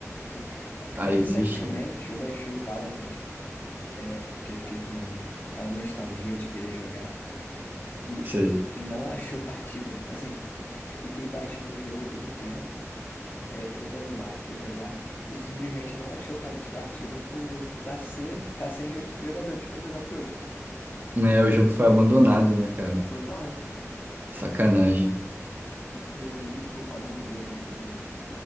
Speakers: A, on the left (about 35°); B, on the right (about 35°).
A: Sim.
B: Aí
A: Recentemente
B: eu desisti.
A: eu baixei Paladins, é, porque eu fiquei com aquela nostalgia de querer jogar e
B: Sei.
A: não achou partida. Assim, fi- fiquei baixando o jogo por um tempo, é, todo animado pra jogar e simplesmente não achou pa- partida por tá, ser, tá sem jo- jogadores pra jogar o jogo.
B: Né, o jogo foi abandonado, né, cara?
A: Totalmente.
B: Sacanagem.
A: Inclusive, tipo, quando eu entrei no jogo,